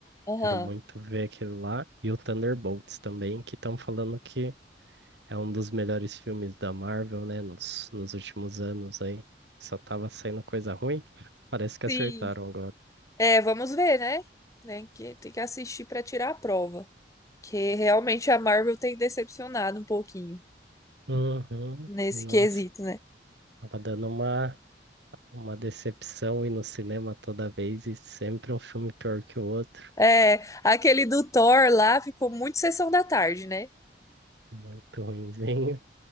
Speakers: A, on the left; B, on the right.
A: Aham.
B: Quero muito ver aquele lá. E o Thunderbolts também, que estão falando que é um dos melhores filmes da Marvel, né? Nos, nos últimos anos aí. Só tava saindo coisa ruim. Parece que acertaram
A: Sim.
B: agora.
A: É, vamos ver, né? Tem que, tem que assistir pra tirar a prova. Que realmente a Marvel tem decepcionado um pouquinho
B: Uhum.
A: nesse
B: Nossa,
A: quesito, né?
B: tava dando uma, uma decepção ir no cinema toda vez e sempre um filme pior que o outro.
A: É, aquele do Thor lá ficou muito sessão da tarde, né?
B: Muito ruinzinho.